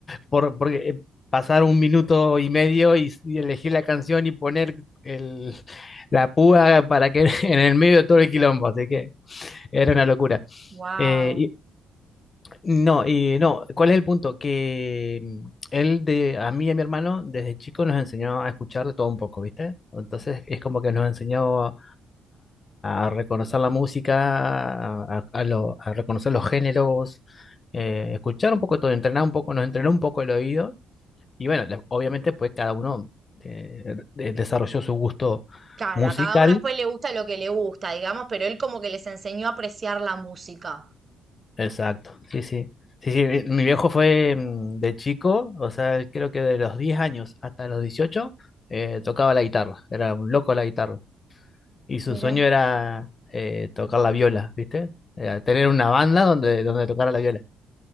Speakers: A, on the left (about 35°); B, on the right (about 35°).
A: por, porque, eh, pasar un minuto y medio y, y elegir la canción y poner el, <laughs> la púa para que <laughs> en el medio de todo el quilombo, así que era una locura.
B: wow.
A: Eh, y- no, y no, ¿cuál es el punto? Que mm, él de, a mí y a mi hermano desde chico nos enseñó a escuchar de todo un poco, ¿viste? Entonces es como que nos enseñó a, a reconocer la música, a, a lo- a reconocer los géneros, eh, escuchar un poco todo, entrenar un poco, nos entrenó un poco el oído y bueno, la- obviamente pues cada uno eh, de- desarrolló su gusto
B: Claro,
A: musical.
B: a cada uno después le gusta lo que le gusta, digamos, pero él como que les enseñó a apreciar la música.
A: Exacto, sí, sí. Sí, sí, mi mi viejo fue mm, de chico, o sea, él creo que de los 10 años hasta los 18 eh, tocaba la guitarra, era un loco la guitarra. Y su
B: Mira,
A: sueño era eh, tocar la viola, ¿viste? Era tener una banda donde, donde tocara la viola.